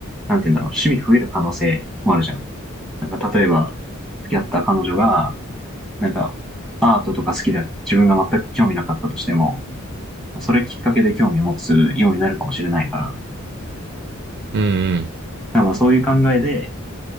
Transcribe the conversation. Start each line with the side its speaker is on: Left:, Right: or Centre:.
Centre: なんて言うんだろう、趣味増える可能性もあるじゃん。なんか例えば、付き合った彼女が、なんか、アートとか好きで自分が全く興味なかったとしても、それきっかけで興味持つようになるかもしれないから、だか
Right: うんうん。
Centre: らまあそういう考えで、